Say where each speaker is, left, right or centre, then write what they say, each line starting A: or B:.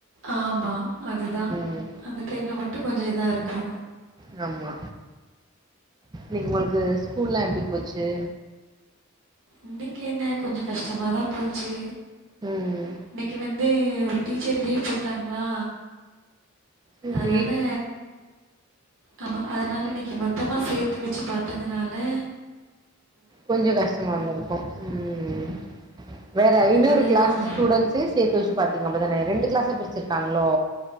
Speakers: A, on the right (about 70°); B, on the right (about 20°).
A: ஆமா அதுதா
B: ம்
A: அந்த டைம்ல மட்டு கொஞ்ச இதா இருக்கு
B: யம்மா இன்னிக் உங்களுக்கு ஸ்கூல்லா எப்டி போச்சு
A: இன்னிக் என்ன கொஞ்ச கஷ்ட்டமாதா போச்சு
B: ம்
A: இன்னிக்கு வந்து ஒரு டீச்சர் லீவ் போட்டாங்ளா
B: சரி
A: அத்னால ஆமா அதனால இன்னிக்கு மொத்தமா சேத்து வெச்சி பாத்ததுனால
B: கொஞ்ச கஷ்ட்டமா ந்துருக்கு ம் வேற
A: இந்த
B: ஐனூறு
A: பிள்ளைகளோட
B: க்ளாஸ் ஸ்டூடன்ஸ் து சேத்து வச்சி பாத்தீங்க அப்டிதானே ரெண்டு க்ளாஸ்சா பிரிச்சிருக்காங்ளோ